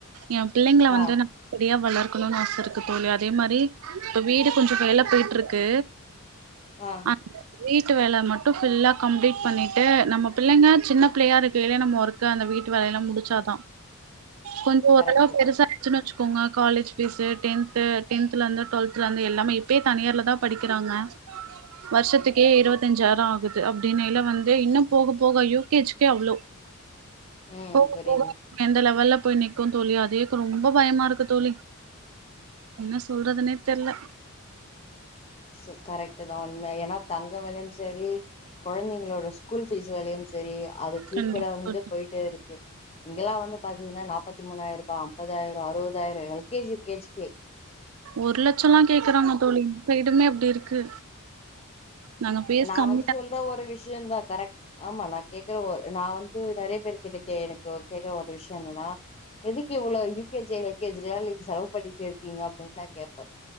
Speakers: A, on the right; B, on the left.
A: எ பிள்ளைங்கள வந்து
B: ஆ
A: நா இப்டியே வளர்க்கணுனு ஆச இருக்கு தோழி அதேமாரி இப்ப வீடு கொஞ்சோ வேல போய்ட்ருக்கு
B: ஆ
A: அத்னால வீட்டு வேல மட்டு ஃபுல்லா கம்ப்ளீட் பண்ணிட்டு நம்ம பிள்ளைங்க சின்ன பிள்ளையா இருக்கைலயே நம்ம ஒர்க் க்கா அந்த வீட்டு வேலயெல்லா முடிச்சாதா கொஞ்சோ ஓரளவு
B: கரெக்ட்
A: பெருசா ச்சுன் வெச்சுக்கோங்க காலேஜ் ஃபீஸு டென்த்து டென்த்துலருந்து டுவெல்த்துலருந்து எல்லாமே இப்பயே தனியார்லதா படிக்கிறாங்க வர்ஷத்துக்கே இருவத்தஞ்சாய்ரோ ஆகுது அப்டின்னைல வந்து இன்னு போக போக யூ கே ஜிகே அவ்ளோ
B: ம்
A: போக
B: புரிது
A: போக எந்த லெவல்ல போய் நிக்கு தோழி அதே ரொம்ப பயமா இருக்கு தோழி என்ன சொல்றதுனே தெர்ல
B: செ கரெக்ட்டுதா உண்ம எனா தங்க வெலையு சேரி கொழந்தைங்களோட ஸ்கூல் ஃபீஸ் வேலயு சேரி அதுக்
A: கண்டிப்பா
B: ஈக்வலா வந்து
A: தோழி
B: போய்ட்டே இருக்கு இங்கெல்லா வந்து பாத்தீங்கன்னா நா முப்பத்தி மூணாயரூபா ஐம்பதாய்ரோ அறுவதாய்ரோ L K G U K ஜிக்கே
A: ஒரு லட்சலா கேக்குறாங்க தோ இந்த இடமே அப்டி இருக்கு நாங்க பேஸ்
B: நா
A: கம்மி
B: வந்து சொல்ற ஒரு விஷ்யோந்தா கரெக்ட் ஆமா நான் கேக்குற ஒ நா வந்து நறைய பேர் கிட்ட கே எனக்கு கேக்குற ஒரு விஷ்யோ என்னனா எதுக்கு இவ்வளோ U K G L K ஜிக்குலா நீங்க செலவு படிக்க வெக்கிங்க அப்டின் நா கேப்ப